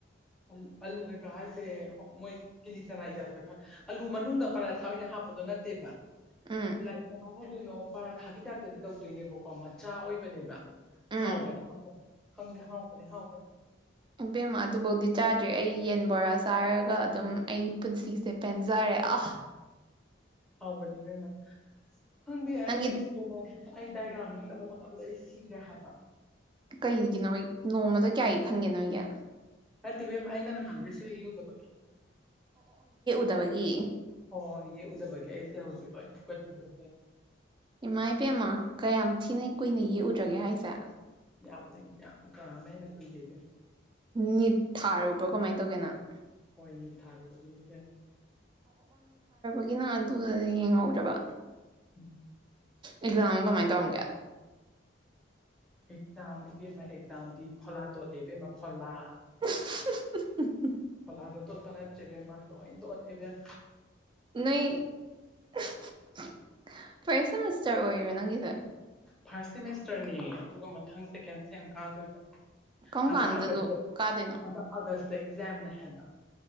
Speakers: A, in the centre; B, on the right.
A: ꯑꯜ ꯑꯜꯂꯨ ꯀꯩꯀꯥ ꯍꯥꯏꯁꯦ ꯃꯣꯏ ꯀꯤꯂꯤ ꯆꯥꯅꯥꯏ ꯇꯥꯏꯞꯇ ꯈ ꯑꯜꯂꯨ ꯃꯅꯨꯡ ꯄꯔꯥꯊꯥ ꯑꯣꯏꯅ ꯍꯥꯞꯄꯗꯣ ꯅꯠꯇꯦꯕ
B: ꯎꯝ
A: ꯂꯥꯏ ꯀꯃꯥꯏꯅ ꯍꯥꯏꯗꯣꯏꯅꯣ ꯄꯔꯥ ꯊꯥꯒꯤ ꯇꯥꯏꯞꯇꯗꯤ ꯇꯧꯗꯣꯏꯅꯦꯕꯀꯣ ꯃꯆꯥ ꯑꯣꯏꯕꯅꯦꯕ
B: ꯎꯝ
A: ꯍꯥꯎꯕꯅꯦ <unintelligible> ꯈꯪꯗꯦ ꯍꯥꯎꯕꯅꯦ ꯍꯥꯎꯕꯅꯦ
B: ꯏꯕꯦꯝꯃ ꯑꯗꯨꯕꯧꯗꯤ ꯆꯥꯗ꯭ꯔꯤ ꯑꯩ ꯌꯦꯟ ꯕꯣꯔꯥ ꯆꯥꯔꯒ ꯑꯗꯨꯝ ꯑꯩ ꯄꯨꯟꯁꯤꯁꯦ ꯄꯦꯟꯖꯔꯦ ꯑꯥ
A: ꯍꯥꯎꯕꯅꯦ ꯏꯕꯦꯝꯃ ꯈꯪꯗꯦ ꯑꯩ
B: ꯅꯪꯒꯤ
A: ꯉꯁꯤꯗꯤ <unintelligible> ꯑꯩ ꯗꯥꯏꯒ꯭ꯔꯥꯝ ꯌꯦꯛꯅꯕ ꯍꯣꯠꯅꯕꯗ ꯑꯩ ꯁꯤꯔꯦ ꯍꯥꯏꯕ
B: ꯀꯩꯒꯤꯅꯣꯏ ꯅꯣꯡꯃꯗ ꯀꯌꯥ ꯌꯦꯛꯍꯟꯒꯦ ꯅꯣꯏꯒꯤ
A: ꯅꯠꯇꯦ ꯏꯕꯦꯝꯃ ꯑꯩꯅ ꯅꯍꯥꯟꯒꯩ ꯁꯨꯡꯌꯦꯛ ꯌꯦꯛꯎꯗꯕꯒꯤ
B: ꯗꯕꯒꯤ
A: ꯍꯣꯏ ꯌꯦꯛꯎꯗꯕꯒꯤ ꯑꯩꯁꯦ ꯍꯧꯖꯤꯛ ꯂꯣꯏ ꯐꯨꯒꯠꯈꯤꯗꯣꯏꯅꯦ
B: ꯏꯃꯥꯏꯄꯦꯝꯃ ꯀꯌꯥꯝ ꯊꯤꯅ ꯀꯨꯏꯅ ꯌꯦꯛꯎꯗ꯭ꯔꯒꯦ ꯍꯥꯏꯁꯦ
A: ꯌꯥꯝꯅ ꯌꯥꯝ ꯀꯥ ꯑꯃꯍꯦꯟꯅ ꯀꯨꯏꯒꯤꯒꯦ
B: ꯅꯤꯠ ꯊꯥꯔꯨꯕ꯭ꯔꯣ ꯀꯃꯥꯏ ꯇꯧꯒꯦꯅꯪ
A: ꯍꯣꯏ ꯅꯤꯠ ꯊꯥꯔꯨꯕꯒꯤꯅꯤ ꯏꯕꯦꯝ
B: <unintelligible> ꯑꯗꯨꯒ ꯌꯦꯡꯍꯧꯗ꯭ꯔꯥꯕ
A: ꯎꯝ
B: ꯑꯦꯛꯖꯥꯝ ꯀꯃꯥꯏꯅ ꯇꯧꯔꯝꯒꯦ
A: ꯑꯦꯛꯖꯥꯝ ꯏꯕꯦꯝꯃ ꯑꯦꯛꯖꯥꯝꯗꯤ ꯐꯣꯂꯥ ꯇꯣꯠꯂꯦ ꯏꯕꯦꯝꯃ ꯐꯣꯂꯥ
B: <unintelligible>
A: ꯐꯣꯂꯥꯗ ꯇꯣꯠꯄ ꯅꯠꯇ꯭ꯔꯦ ꯏꯕꯦꯝꯃ ꯂꯣꯢ ꯇꯣꯠꯂꯦ ꯏꯕꯦꯝ
B: ꯅꯣꯏ <unintelligible> ꯐꯥꯔꯁ ꯁꯦꯃꯤꯁꯇꯔ ꯑꯣꯏꯔꯣ ꯅꯪꯒꯤꯁꯦ
A: ꯐꯥꯔꯁ ꯁꯦꯃꯦꯁꯇꯔꯅꯦ ꯑꯗꯨꯒ ꯃꯊꯪ ꯁꯦꯀꯦꯟ ꯁꯦꯝ ꯀꯥꯗꯣꯏꯕ
B: ꯀꯔꯝ
A: ꯍꯟꯗꯛ
B: ꯀꯥꯟꯗ
A: ꯑꯒꯁ
B: ꯂꯣ
A: ꯁꯦ
B: ꯀꯥꯗꯣꯏꯅꯣ
A: ꯍꯟꯗꯛ ꯑꯒꯁ ꯇ ꯑꯦꯛꯖꯥꯝꯅꯦ ꯍꯥꯏꯕ